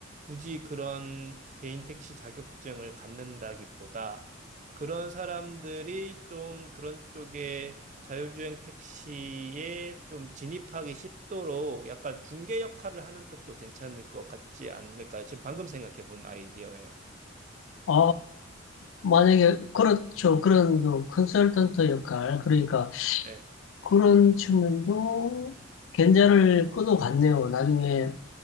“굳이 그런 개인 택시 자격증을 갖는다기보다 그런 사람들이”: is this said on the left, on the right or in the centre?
Right